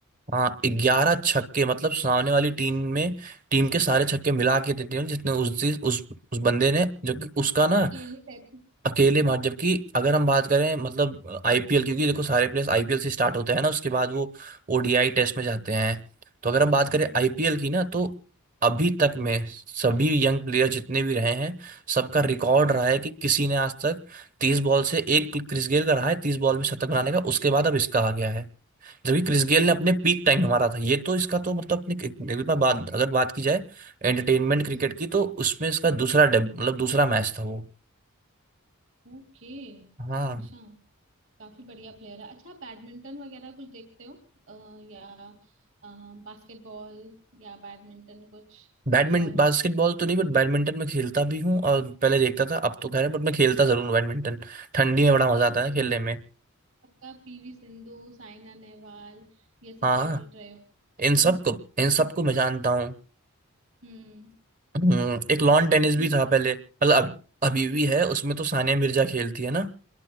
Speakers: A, on the right; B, on the right.
A: हाँ ग्यारह छक्के मतलब सामने वाली टीम में टीम के सारे छक्के मिला के देते हैं जितने उस दिन- उस उस बंदे ने जबकि उसका ना
B: अकेले तैतीस
A: अकेले
B: हाँ
A: मार जबकि अगर हम बात करें मतलब आईपीएल क्योंकि देखो सारे प्लेयर्स आईपीएल से स्टार्ट होते हैं ना उसके बाद वो ओडीआई टेस्ट में जाते हैं तो अगर हम बात करें
B: हम्म
A: आईपीएल की ना तो अभी तक में सभी यंग प्लेयर जितने भी रहे हैं सबका रिकॉर्ड
B: हम्म
A: रहा है कि किसी ने आज तक तीस बॉल से एक क्रिस गेल का रहा है तीस बॉल में शतक बनाने का उसके बाद अब इसका आ गया है जबकि क्रिस गेल ने अपने पीक टाइम में मारा था ये तो इसका तो मतलब अपने एक बार बात अगर बात की जाए एंटरटेनमेंट क्रिकेट
B: हम्म
A: की तो उसमें इसका दूसरा डेब- मतलब दूसरा मैच था वो
B: ओके
A: हाँ
B: अच्छा काफी बढ़िया प्लेयर है अच्छा बैडमिंटन वगैरह कुछ देखते हो अ, या बास्केटबॉल या बैडमिंटन कुछ
A: बैडमिंटन
B: कोई और
A: बास्केटबॉल तो नहीं बट बैडमिंटन में खेलता भी हूँ और पहले देखता था अब तो खैर बट मैं खेलता जरूर हूँ बैडमिंटन ठंडी में बड़ा मजा
B: तो
A: आता
B: उस-
A: है खेलने में
B: आपका पीवी सिंधु साइना नेहवाल ये सब
A: हाँ
B: फेवरेट
A: हाँ,
B: रहे हो
A: इन
B: है
A: सबको
B: ना
A: इन सबको मैं जानता हूँ
B: हम्म
A: हम्म, एक लॉन
B: बैडमिंटन
A: टेनिस भी था पहले मतलब अब अभी भी है उसमें तो सानिया मिर्जा खेलती है ना